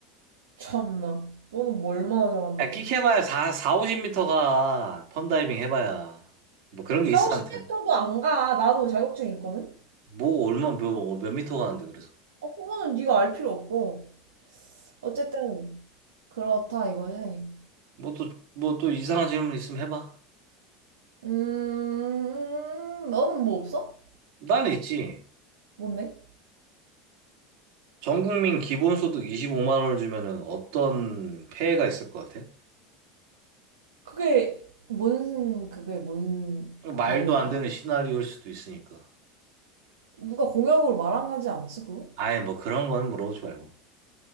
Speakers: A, on the right; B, on the right.
A: 참나. 너는 뭐 얼마나 잘한다고.
B: 아, 끽 해봐야 4, 4, 50m가 펀다이빙 해봐야. 뭐 그런 게
A: 4,
B: 있어,
A: 50m도
B: 아무튼.
A: 안 가. 나도 자격증 있거든?
B: 뭐 얼마 몇, 어, 몇 미터 가는데 그래서
A: 어, 그거는 네가 알 필요 없고. 어쨌든 그렇다 이거지.
B: 뭐 또 뭐 또 이상한 질문 있으면 해봐
A: 음, 너는 뭐 없어?
B: 나는 있지
A: 뭔데?
B: 전 국민 기본소득 25만 원을 주면은 어떤 폐해가 있을 것 같아?
A: 그게 뭔 그게 뭔
B: 말도
A: 관련이야?
B: 안 되는 시나리오일 수도 있으니까
A: 누가 공약으로 말한가지 않았어 그거?
B: 아예 뭐 그런 건 물어보지 말고